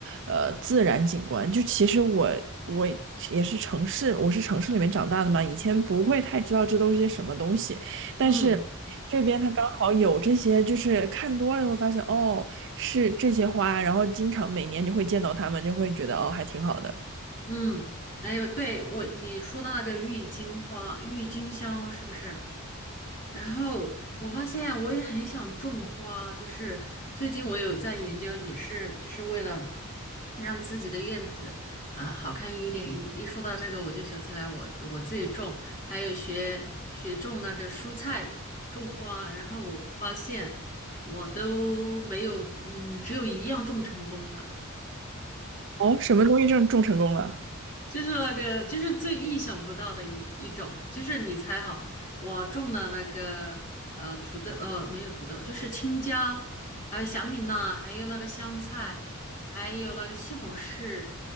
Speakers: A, on the right; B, on the left.
A: 呃自然景观，就其实我。我也是城市，我是城市里面长大的嘛，以前不会太知道这都是些什么东西，但是这边它刚好有这些，
B: 嗯
A: 就是看多了会发现，哦，是这些花，然后经常每年就会见到它们，就会觉得哦，还挺好的。
B: 嗯，还有对我你说的那个郁金花、郁金香是不是？然后我发现我也很想种花，就是最近我有在研究，也是就是为了让自己的院子啊、呃好看一点。一一说到这个，我就想起来我我自己种，还有学学种那个蔬菜、种花。然后我发现我都没有，嗯，只有一样种成功了。
A: 哦，什么东西种种成功了？
B: 就是那个，就是最意想不到的一一种，就是你猜哈，我种了那个呃土豆，呃没有土豆，就是青椒，还有小米辣，还有那个香菜，还有那个西红柿，